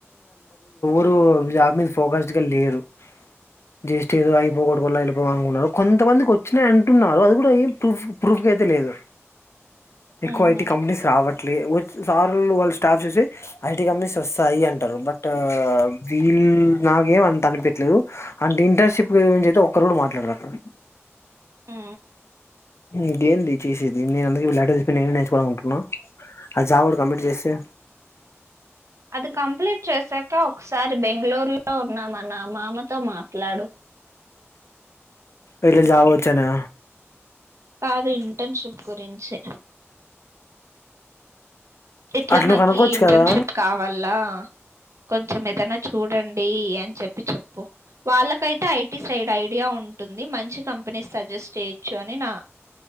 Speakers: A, on the left; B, on the right.
A: ఇడు జాబ్ మీద ఫోకస్డ్ గా లేరు జస్ట్ ఏదో అగిపోకడ వెళ్ళిపో అనుకుున్నారు కొంతమందికి వచ్చిన అంటున్నారు అది కూడా ఏం ప్రూఫ్ ప్రూఫ్ అయితే లేదు ఎక్కువ
B: ఉహు
A: ఐటీ కంపెనీస్ రావట్ సార్ వాళ్ళ స్టాఫ్ చూసి ఐటీ కంపెనీస్ వస్తాయి అంటారు బట్ వీళు నాకేం అంత అనిపట్లేదు అ ఇంటర్న్షిప్ ఒరు మాట్లాడారు అ
B: ఆ
A: ఇకేంది చేసేది నేను అందరిక లేటర్ చెప్ప నేను నేర్చుకోవాలనుకుంటున్నా అ జాబ్ కూడా కంప్లీట్ చేస్తే
B: అది కంప్లీట్ చేసాక ఒకసారి బ మంగూరులో ఉన్నా మా నామామతో మాట్లాడు
A: ఇట్లా జావా వచ్చానా
B: కాదు ఇంటర్న్షిప్ గురించి ఇట్లా
A: అట్లా నువ్వు
B: నాకి
A: కనుక్కోవచ్చు
B: ఇంటర్న్షిప్
A: కదా
B: కావాల కొంచెం ఏదనా చూడండి అని చెప్పి చెప్పు వాళ్ళకైతే ఐటీ సైడ్ ఐడియా ఉంటుంది మంచి కంపెనీస్ సజెస్ట్ చేయొచ్చు అని నా